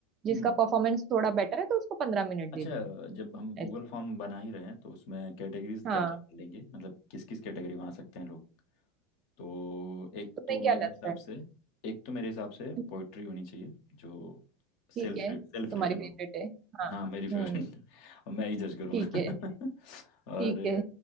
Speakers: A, on the right; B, on the left.
A: जिसका
B: हम्म
A: परफॉर्मेंस थोड़ा बेटर है तो उसको पंद्रह मिनट
B: अच्छा
A: दे देंगे
B: जब हम गूगल
A: ऐसे
B: फॉर्म बना ही रहे हैं तो उसमें कैटेगरीज
A: हाँ
B: क्या क्या डालेंगे मतलब किस किस कैटेगरी में आ सकते हैं लोग तो एक
A: तुम्हें
B: तो
A: क्या
B: मेरे
A: लगता
B: हिसाब
A: है
B: से एक तो मेरे हिसाब से
A: हम्म,
B: पोइट्री होनी चाहिए जो सेल्फ
A: ठीक है
B: सेल्फ
A: तुम्हारी
B: रिटन
A: फेवरेट
B: हो
A: है हाँ
B: हाँ मेरी फेवरेट
A: हम्म
B: और मैं ही जज करूँगा
A: ठीक है
B: <laughs> और
A: ठीक है